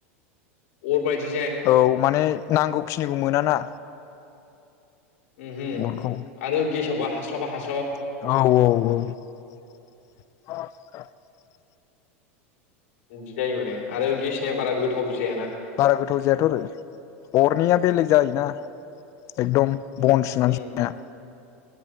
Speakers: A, on the left; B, on the left.
A: अर बादि
B: औ माने नांगौखिनिखौ मोनाना
A: उमहु
B: अरखौ
A: आरो गेसावबा हास्लाबा हास्ला
B: औ औ औ
A: बिदि जायो माने आरो गेसनिया बारा गोथावबो जायाना
B: बारा गोथाव जायाथ आरो हरनिया बेलेग जायोना एकदम बन सिनना
A: उम
B: सुनो हाया।